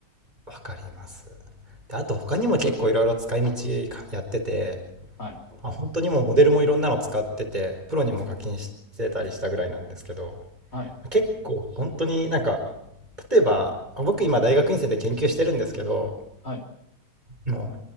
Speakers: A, on the right; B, on the left.
A: わかります。で、あと他にも結構いろいろ使い道かやってて、
B: はい。
A: あ、本当にもうモデルもいろんなの使ってて、プロにも課金してたりしたぐらいなんですけど、
B: はい。
A: 結構本当になんか、例えば、あ僕今大学院生で研究してるんですけど、
B: はい。
A: も